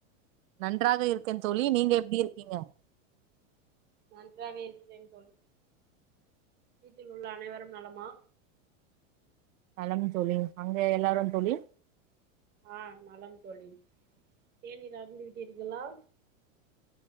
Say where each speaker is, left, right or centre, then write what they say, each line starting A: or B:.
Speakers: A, on the right (about 80°); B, on the right (about 25°).
A: நன்றாக இருக்கேன் தோழி நீங்க எப்டி இருக்கீங்க
B: நன்றாக இருக்கிறேன் தோழி வீட்டில் உள்ள அனைவரும் நலமா
A: நலம் தோழி அங்க எல்லாரும் தோழி
B: ஆ நலம் தோழி தேனீர் அருந்தி விட்டீர்களா